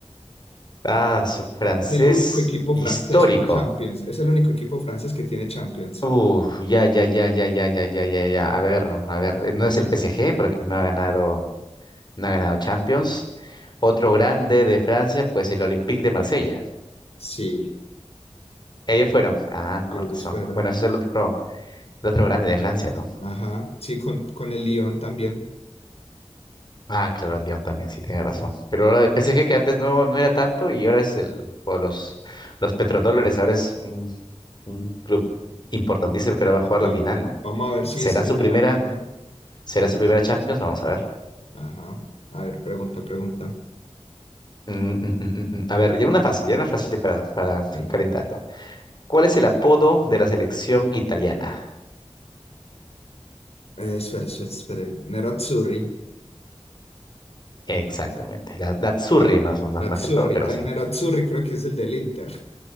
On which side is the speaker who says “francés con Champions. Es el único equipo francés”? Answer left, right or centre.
Left